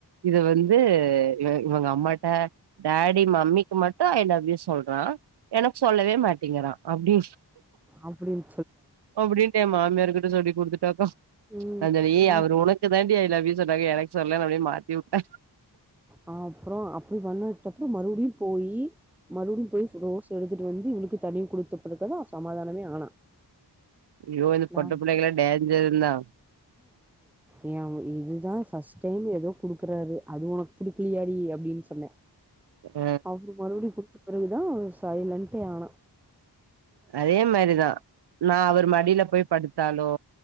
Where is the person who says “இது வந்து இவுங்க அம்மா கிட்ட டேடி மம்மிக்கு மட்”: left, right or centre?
Right